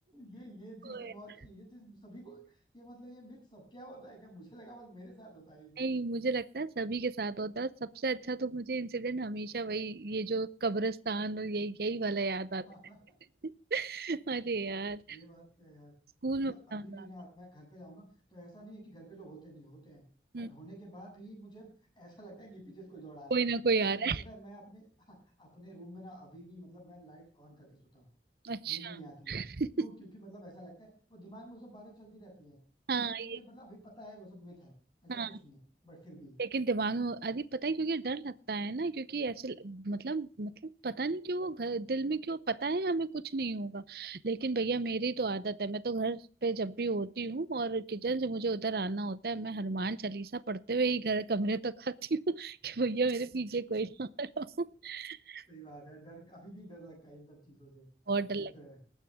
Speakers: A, on the left; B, on the right.
A: ये ये चीज तो
B: <laughs>
A: बहुत ये चीज सभी को ये मतलब ये मिथ सबके यहाँ होता है क्या मुझे लगा बस मेरे साथ होता है ये
B: नहीं मुझे लगता है सभी के साथ होता है सबसे अच्छा तो मुझे इंसिडेंट हमेशा वही ये जो कब्रिस्तान और यही यही वाला याद
A: सब
B: आता है
A: <laughs>
B: <laughs> अरे यार
A: ये बात तो है यार
B: स्कूल
A: मतलब
B: में पता
A: अभी
B: होगा
A: भी ना मैं घर पे जाऊँ ना तो ऐसा नहीं है कि घर पे लोग होते नहीं होते हैं बट
B: हम्म,
A: होने के बाद भी मुझे ऐसा लगता है कि पीछे से कोई दौड़ा रहा
B: कोई
A: है
B: ना कोई आ
A: इनफेक्ट
B: रहा
A: पता
B: है
A: है मैं अपने <laughs> अपने रूम में ना अभी भी मतलब मैं लाइट ऑन करके सोता हूँ
B: अच्छा
A: नींद ही नहीं आती
B: <laughs>
A: है क्यों क्योंकि मतलब ऐसा लगता है वो दिमाग में वो सब बातें चलती रहती है जबकि
B: हाँ ये
A: मुझे मतलब अभी पता है वो सब मिथ है ऐसा
B: हाँ
A: कुछ नहीं है बट फिर भी
B: लेकिन दिमाग में अरे पता है क्योंकि डर लगता है ना क्योंकि ऐसे मतलब मतलब पता नहीं क्यों वो घर दिल में क्यों पता है हमें कुछ नहीं होगा लेकिन भैया मेरी तो आदत है मैं तो घर पे जब भी होती हूँ और किचन से मुझे उधर आना होता है मैं हनुमान चालीसा पढ़ते हुए ही घर कमरे तक आती हूँ <laughs> कि भैया मेरे पीछे कोई ना आ रहा हो <laughs>
A: सही बात है डर अभी भी डर लगता है इन सब चीजों से
B: बहुत डर
A: ये तो है